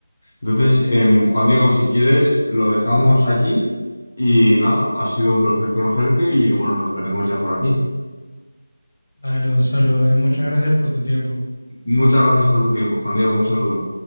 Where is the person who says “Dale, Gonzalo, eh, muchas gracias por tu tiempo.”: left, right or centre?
Left